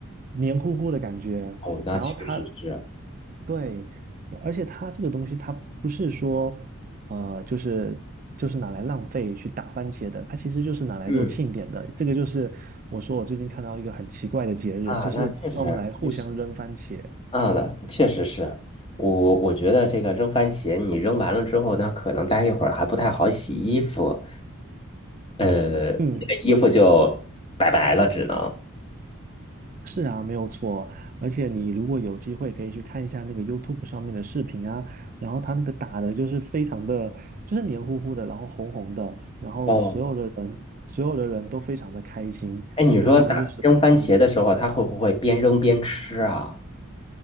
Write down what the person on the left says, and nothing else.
哦，那确实是。
嗯
啊，
那确实确实啊，那确实是我，我觉得这个扔番茄，你扔完了之后那可能待一会儿还不太好洗衣服，呃，那个衣服就拜拜了，
只能。
哦，
哎，你说打扔番茄的时候，
它会不会边扔边吃啊？